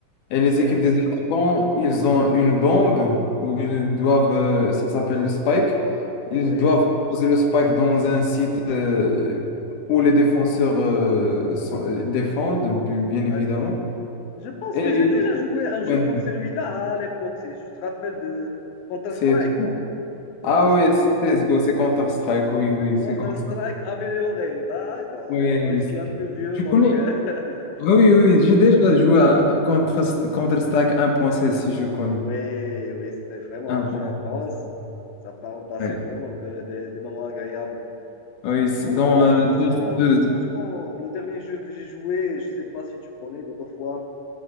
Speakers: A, on the left; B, on the left.
A: Et les
B: oui,
A: équipes des attaquants, ils ont une bombe où ils doivent, euh, ça s'appelle le spike, ils
B: oui,
A: doivent poser le spike dans un site euh, où les défenseurs euh, sont- euh, défendent, bi- bien évidemment.
B: d'accord. Je pense
A: Et
B: que j'ai déjà joué un jeu
A: ouais,
B: comme celui-là à l'époque, c'est, je te rappelle de Counter-Strike,
A: CSGO.
B: Counter-Strike.
A: Ah oui, CSGO, c'est Counter-Strike, oui, oui,
B: Le Counter-Strike
A: c'est comme ça.
B: amélioré, d'accord.
A: Oui,
B: Ah, Moi, je suis
A: c'est-
B: un peu vieux,
A: tu
B: donc...
A: connais?
B: euh, <laughs>
A: Oui, oui, oui, j'ai déjà joué à Counter- Counter-Strike 1.16, si je connais.
B: Oui, oui, c'était vraiment
A: 1.16.
B: un jeu intense. Ça part, passait
A: ouais.
B: vraiment de- de- des moments agréables.
A: Oui, c'est
B: Bon,
A: dans
B: moi,
A: euh,
B: concernant,
A: de- de-
B: franchement, le dernier jeu que j'ai joué, je sais pas si tu connais, God of War.